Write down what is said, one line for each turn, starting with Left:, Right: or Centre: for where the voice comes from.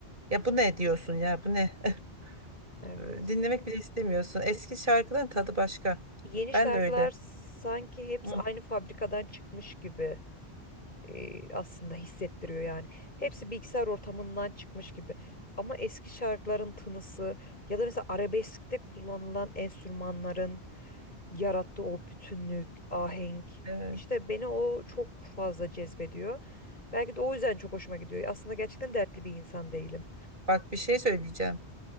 Right: Ya bu ne diyorsun ya bu ne? <laughs>
Left: Evet.
Right: Dinlemek bile istemiyorsun. Eski şarkıların tadı başka.
Left: Yeni
Right: Ben
Left: şarkılar
Right: de öyle.
Left: sanki hepsi
Right: Hı.
Left: aynı fabrikadan çıkmış gibi e, aslında hissettiriyor yani. Hepsi bilgisayar ortamından çıkmış gibi. Ama eski şarkıların tınısı ya da mesela arabeskte kullanılan enstrümanların yarattığı o bütünlük, ahenk
Right: Evet.
Left: işte beni o çok fazla cezbediyor. Belki de o yüzden çok hoşuma gidiyor. Aslında gerçekten dertli bir insan değilim.
Right: Bak bir şey söyleyeceğim.